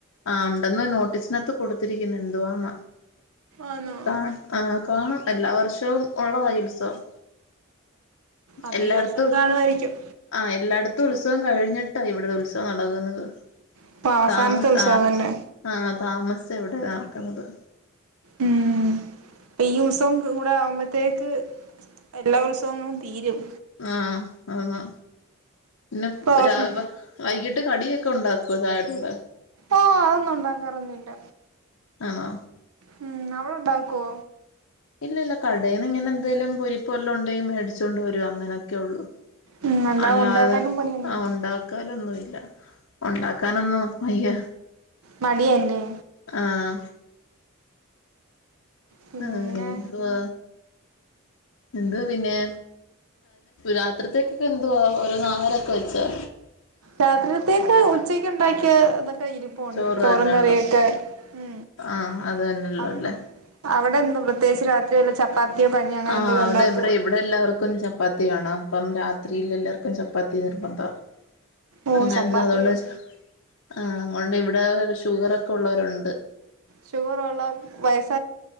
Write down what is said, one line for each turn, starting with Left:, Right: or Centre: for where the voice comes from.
Left: ആ ഉണ്ടെന്ന് നോട്ടീസിനാത്ത് കൊടുത്തിരിക്ക്‌ന്ന് എന്തുവാന്ന
Right: ആന്നോ
Left: കാണ് ആ കാണും എല്ലാ വർഷവും ഒള്ളതാ ഈ ഉത്സവം
Right: അപ്പൊ
Left: എല്ലാട്ത്തും
Right: ഈ വർഷം കാണുമായിരിക്കും
Left: ആ എല്ലാട്ത്തും ഉത്സവം കഴിഞ്ഞിട്ടാ ഇവ്ട്ത്തെ ഉത്സവം നടക്കുന്നത്
Right: ഇപ്പൊ അവസാനത്തെ
Left: താമസ്
Right: ഉത്സവം
Left: ആ
Right: തന്നെ
Left: ആ താമസ്ച്ചാ ഇവടെ നടക്കുന്നത്
Right: ഉം ഇപ്പീ ഉത്സവം കൂടെ ആകുമ്പത്തേക്ക് എല്ലാ ഉത്സവങ്ങളും തീരും
Left: ആഹ ആ പിന്നെ
Right: ഇപ്പൊ അവസാ
Left: രാവ വൈകിട്ട് കടി ഒക്കെ ഉണ്ടാക്കുവോ ചായക്ക്‌ ഒക്കെ
Right: ആ അത് ഒന്നും ഉണ്ടാക്കാറ് ഒന്നും ഇല്ല
Left: ആണോ
Right: മം അവിടെ ഒണ്ടാക്കോ
Left: ഇല്ല ഇല്ല കടേന്ന് ഇങ്ങനെ എന്തേലും പൊരിപ്പൊല്ല് ഒണ്ടേങ്കിൽ മേടിച്ചോണ്ട് വരും അങ്ങനെ ഒക്കെ ഒള്ളൂ
Right: ഉം
Left: അല്ലാതെ
Right: ഉണ്ടാക്കാനും പണിയല്ലേ
Left: ആ ഒണ്ടാക്ക ക്കാലൊന്നുമില്ല ഒണ്ടാക്കാന് ഒന്നും വയ്യ
Right: മടിയല്ലേ
Left: ആഹ
Right: പിന്നെ
Left: ആഹ എന്തുവാ എന്തുവാ പിന്നെ രാത്രിത്തേക്ക്‌ ഒക്കെ എന്തുവാ ഓരോ ആഹാരൊക്കെ വെച്ചാ
Right: രാത്രിൽത്തേക്ക് ഉച്ചയ്ക്ക് ഉണ്ടാക്കിയ ഇതൊക്കെ ഇരു ഒണ്ട്
Left: ചോറ്
Right: ചോറും
Left: തന്നെ
Right: കറിയൊക്കെ
Left: ഉള്ളെ
Right: ഉ
Left: ആഹ് അത് തന്നെയള്ള
Right: അ
Left: അല്ലേ
Right: അവിടെ എന്താ പ്രത്യേകിച്ച് രാത്രി വെല്ല ചപ്പാത്തിയോ കഞ്ഞി അങ്ങനെ
Left: ആഹ്
Right: എന്തേലും
Left: അവിടെ
Right: ഉണ്ടാക്കുവോ
Left: ഇവിടെ ഇവിടെ എല്ലാവർക്കും ചപ്പാത്തി വേണം ഇപ്പം രാത്രിയിൽ എല്ലാവർക്കും ചപ്പാത്തി നിർബന്ധം
Right: ഓ
Left: അങ്ങന്ത്
Right: ചപ്പാത്തി
Left: അത് കൊണ്ട്
Right: കഴി
Left: ചോദിച്ചതാ ആ ഒണ്ട് ഇവിടെ ഷുഗർ ഒക്കെ ഒള്ളവര് ഒണ്ട്
Right: ഷുഗർ ഒള്ള വയസ്സ്